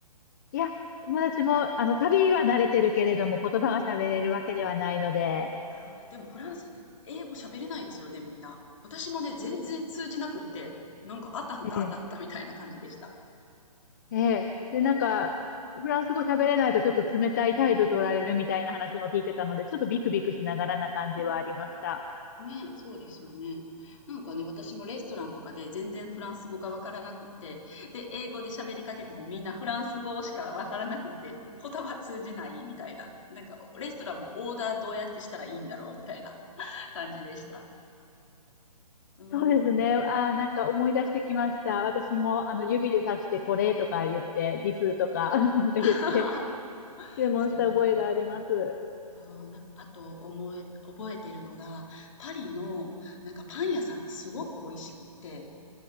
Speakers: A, on the left; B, on the left.
A: いや、友達も、あの、旅は慣れてるけれども、言葉が喋れるわけではないので、
B: あでもフランスってね、英語喋れないですよね、みんな。私もね、全然通じなくって、なんかあたふたあたふたみたいな感じでした。
A: ええええ。で、なんか、フランス語喋れないとちょっと冷たい態度取られるみたいな話も聞いてたので、ちょっとビクビクしながらな感じはありました。
B: うんね、そうですよね。なんかね、私もレストランとかで全然フランス語がわからなくって、で、英語で喋りかけてもみんなフランス語しかわからなくって、言葉通じないみたいな。なんか、レストランもオーダーどうやってしたらいいんだろうみたいな感じでした。うん。
A: そうですね。ああ、なんか思い出してきました。私も、あの、指で指してこれとか言って、リスとか、<laughs> なんか言って、
B: <laughs>
A: 注文した覚えがあります。
B: そう、そうなんかあと思え、覚えてるのが、パリのなんかパン屋さんがすごく美味しくって、